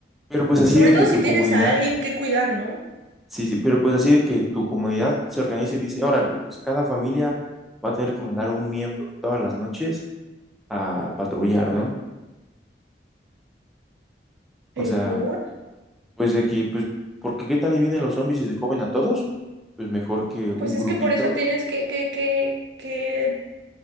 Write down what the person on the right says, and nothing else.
Y sobre
todo
si tienes
a alguien que cuidar, ¿no?
Pero
por,
pues es
que por eso tienes que, que, que, que,